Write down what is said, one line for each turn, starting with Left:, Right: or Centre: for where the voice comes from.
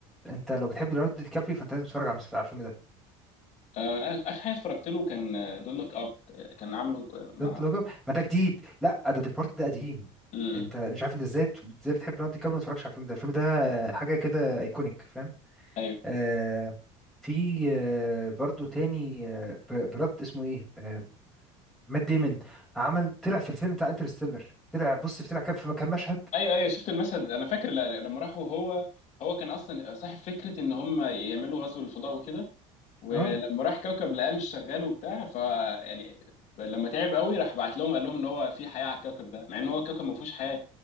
Centre: انت لو بتحب ليوناردو دي كابريو فانت لازم تتفرج على على الفيلم ده
Left: آه اخر حاجه اتفرجت له كان دول لوك اب كان عامله آه، مع
Centre: دونت لوك اب ما ده جديد لا ده ديبورتد ده قديم
Left: مم.
Centre: انت مش عارف انت ازاي ازاي بتحب ليوناردو دي كابريو وما تتفرجش على الفيلم ده الفيلم ده حاجه كده ايكونيك فاهم
Left: ايوه
Centre: آه في آه برضو تاني آه ب- براد اسمه ايه آه مات ديمون عمل طلع في الفيلم بتاع انترستيلر طلع بص طلع كان في كان مشهد
Left: ايوه ايوه شفت المشهد انا فاكر ل- لما راحوا هو هو كان اصلا صاحب فكره ان هم يعملوا غزو للفضاء وكده ولما
Centre: اه
Left: راح كوكب لقاه مش شغال وبتاع ف يعني لما تعب قوي راح بعت لهم قال لهم ان هو في حياه على الكوكب ده مع ان هو الكوكب ما فيهوش حياه